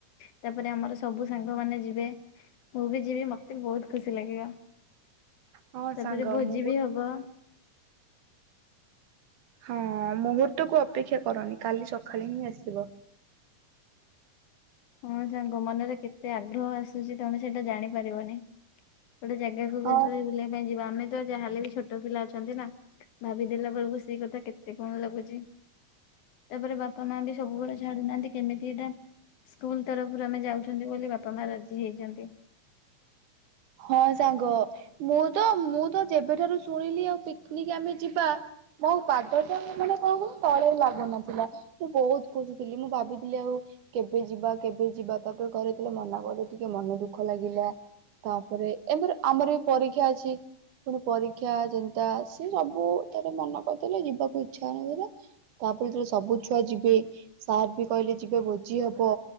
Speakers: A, on the left; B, on the right.
A: ତା ପରେ ଆମର ସବୁ ସାଙ୍ଗ ମାନେ ଯିବେ। ମୁଁ ବି ଯିବି ମତେ ବି ବହୁତ ଖୁସି ଲାଗିବ।
B: ହଁ
A: ତା
B: ସାଙ୍ଗ
A: ପରେ ଭୋଜି
B: ମୁହୂର୍ତ୍ତ
A: ବି ହବ।
B: ହଁ ମୁହୂର୍ତ୍ତକୁୁ ଅପେକ୍ଷା କରନି କାଲି ସଖାଳେ ହିଁ ଆସିବ।
A: ହଁ ସାଙ୍ଗ ମନରେ କେତେ ଆଗ୍ରହ ଆସୁଚି ତମେ ସେଇଟା ଜାଣିପାରିବନି। ଗୋଟେ ଜାଗାକୁ <unintelligible>
B: ହଁ
A: ବୁଲିବା ପାଇଁ ଯିବା। ଆମେ ତ ଯାହା ହେଲେ ବି ଛୋଟ ପିଲା ଅଛନ୍ତି ନା। ଭାବିଦେଲା ବେଳକୁ ସେଇ କଥା କେତେ କଣ ଲାଗୁଚି। ତା ପରେ ବାପା ମା ବି ସବୁବେଳେ ଛାଡୁ ନାହାଁନ୍ତି। କେମିତି ଏଇଟା ସ୍କୁଲ ତରଫରୁ ଆମେ ଯାଉଚନ୍ତି ବୋଲି ବାପା, ମା ରାଜି ହେଇଚନ୍ତି।
B: ହଁ ସାଙ୍ଗ ମୁଁ ତ ମୁଁ ତ ଯେବେଠାରୁ ଶୁଣିଲି ଆଉ ପିକନିକ୍ ଆମେ ଯିବା ମୋ ପାଦ ତ ମାନେ କଣ କହିଲୁ ତଳେ ଲାଗୁନଥିଲା। ମୁଁ ବହୁତ ଖୁସି ଥିଲି। ମୁଁ ଭାବିଥିଲି ଆଉ କେବେ ଯିବା କେବେ ଯିବା ତାପରେ ଘରେ ଥିଲେ ମନା କଲେ ଟିକେ ମନ ଦୁଃଖ ଲାଗିଲା। ତା ପରେ ଏମତିରେ ଆମର ବି ପରୀକ୍ଷା ଅଛି। ପୁଣି ପରୀକ୍ଷା ଚିନ୍ତା ସେ ସବୁ ତାର ମନ କରିଦେଲେ ଯିବାକୁ ଇଛା ହଉନଥିଲା। ତା ପରେ ଯେତେଳେ ସବୁ ଛୁଆ ଯିବେ ସାର୍ ବି କହିଲେ ଯିବେ ଭୋଜି ହବ।